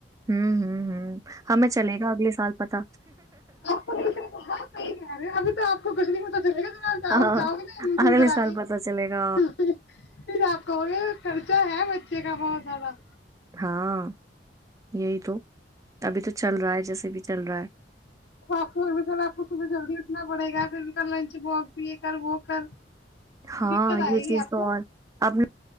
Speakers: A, on the right (about 20°); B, on the left (about 75°).
A: ہوں ہوں ہوں ہمیں چلے گا اگلے سال پت
B: کہ رہے ابھی تو آپ کو کچھ نہیں پتا چلے گا جؤ
A: ہاں
B: جاؤ گے نا ایڈمیشن
A: اگلے
B: کرانے
A: سال پتا چلے گا
B: پھر آپ کہو گے خرچہ ہے ے کا بہت سالات
A: ہاں یہی تو ابھی تو چل رہا ہے جیسے بھی چل رہا ہے
B: آپ بھی سر آپ کو صبح جلدی اٹھنا پڑے گا پھر بھی لنچ باکس بھی یہ کر وہ کر
A: ہاں
B: دقت
A: یہ
B: آئے گی
A: چیز
B: آپ
A: تو
B: کو
A: اور آپ نے